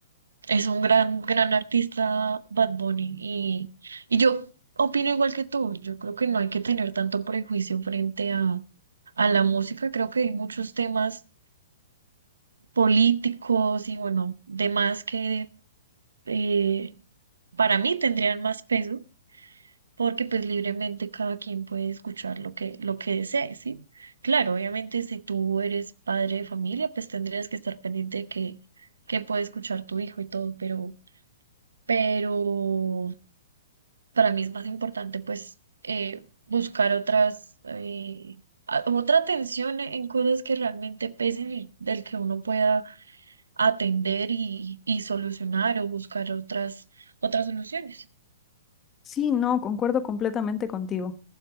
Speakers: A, on the right; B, on the left.
A: Es un gran, gran artista Bad Bunny y, y yo opino igual que tú. Yo creo que no hay que tener tanto prejuicio frente a, a la música. Creo que hay muchos temas políticos y bueno, demás que eh, para mí tendrían más peso porque pues libremente cada quien puede escuchar lo que, lo que desee, ¿sí? Claro, obviamente si tú eres padre de familia, pues tendrías que estar pendiente de que, que puede escuchar tu hijo y todo, pero... Pero para mí es más importante pues eh, buscar otras, eh, a- otra atención en cosas que realmente pesen y del que uno pueda atender y, y solucionar o buscar otras, otras soluciones.
B: Sí, no, concuerdo completamente contigo.